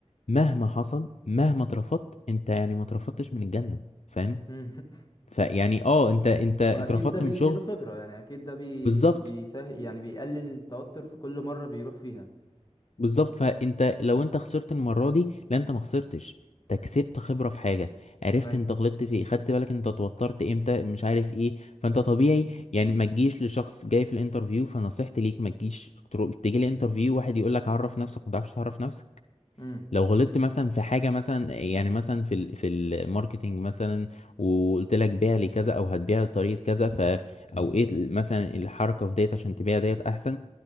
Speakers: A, on the left (about 75°); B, on the left (about 40°).
A: مهما حصل مهما اترفضت انت يعني ما اترفضتش من الجنة فاهم
B: امم <laughs>
A: فيعني اه انت انت اترفضت
B: واكيد ده بيزيده
A: من شغل
B: خبرة يعني اكيد ده بي...
A: بالظبط
B: بيسهل يعني بيقلل التوتر في كل مرة بيروح فيها
A: بالظبط فانت لو انت خسرت المره دي لا انت ما خسرتش انت كسبت خبره في حاجه عرفت
B: ايوه
A: انت غلطت في ايه خدت بالك انت اتوترت امتى مش عارف ايه فانت طبيعي يعني ما تجيش لشخص جاي في الانترفيو فنصيحتي ليك ما تجيش ترو- تيجي لي انترفيو واحد يقول لك عرف نفسك ما تعرفش تعرف نفسك
B: امم
A: لو غلطت مثلا في حاجه مثلا يعني مثلا في ال... في الماركتنج مثلا وقلت لك بيع لي كذا او هتبيع بطريقه كذا ف او ايه مثلا الحركه في ديت عشان تبيع ديت احسن